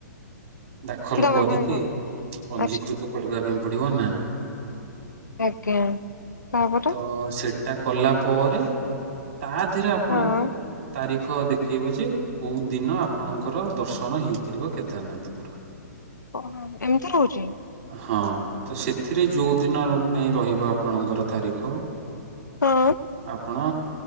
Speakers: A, on the right (about 40°); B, on the left (about 90°).
A: ଦାଖଲ
B: ଦବା
A: କରିକି
B: ପାଇଁ ପଡୁ
A: ପଞ୍ଜୀକୃତ
B: ଆଚ୍ଛା
A: କରିବା ପାଇଁ ପଡିବ ନା।
B: ଆଜ୍ଞା। ତାପରେ
A: ତ ସେଟା କଲା ପରେ ତା ଦେହରେ ଆପଣଙ୍କୁ
B: ହଁ
A: ତାରିଖ ଦେଖେଇବ ଯେ କୋଉ ଦିନ ଆପଣଙ୍କର ଦର୍ଶନ ହେଇପାରିବ କେଦାରନାଥଙ୍କର। <unintelligible>
B: ଓହୋ ଏମିତି ହଉଛି?
A: ହଁ ତ ସେଥିରେ ଯୋଉ ଦିନ ପାଇଁ ରହିବ ଆପଣଙ୍କର ତାରିଖ।
B: ହଁ
A: ଆପଣ।